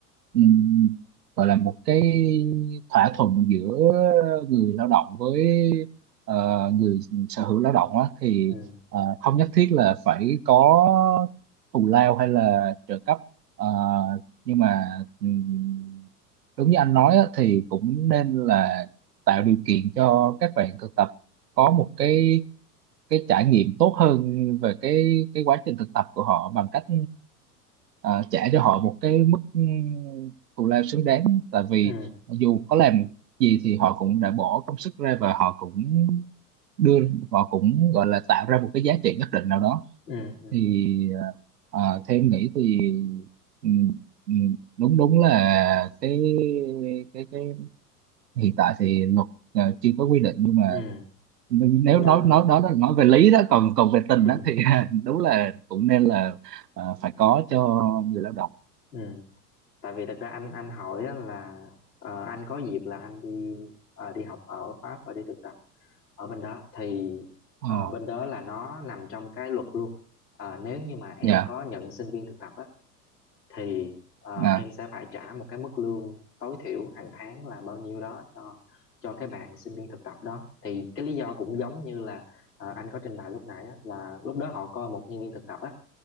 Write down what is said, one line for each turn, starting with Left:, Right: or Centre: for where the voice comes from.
Right: ừm, gọi là một cái thỏa thuận giữa người lao động với ờ, người sở hữu lao động á, thì
Left: ừ
Right: ờ, không nhất thiết là phải có thù lao hay là trợ cấp Ờ, nhưng mà ừm, đúng như anh nói á, thì cũng nên là tạo điều kiện cho các bạn thực tập có một cái cái trải nghiệm tốt hơn về cái cái quá trình thực tập của họ bằng cách ờ, trả cho họ một cái mức ừ, thù lao xứng đáng tại vì
Left: ừ
Right: dù có làm gì thì họ cũng đã bỏ công sức ra và họ cũng đưa họ cũng gọi là tạo ra một cái giá trị nhất định nào đó
Left: ừ ừ
Right: thì ờ, ờ, theo em nghĩ thì ừm, ừm, đúng đúng là cái cái cái hiện tại thì luật ờ, chưa có quy định nhưng mà
Left: ừ
Right: nếu
Left: nên
Right: nói nói đó là nói về lý đó còn còn về tình
Left: <laughs>
Right: đó thì <laughs> đúng là cũng nên là ờ, phải có cho người lao động
Left: ừ tại vì thật ra anh anh hỏi á là ờ, anh có dịp là anh đi ờ, đi học ở Pháp và đi thực tập ở bên đó thì
Right: ờ
Left: ờ, bên đó là nó nằm trong cái luật luôn Ờ, nếu như mà em
Right: dạ
Left: có nhận sinh viên thực tập á thì ờ,
Right: à
Left: em sẽ phải trả một cái mức lương tối thiểu hàng tháng là bao nhiêu đó cho cho cái bạn sinh viên thực tập đó thì cái lý do cũng giống như là ờ, anh có trình bày lúc nãy á, là lúc đó họ coi một nhân viên thực tập á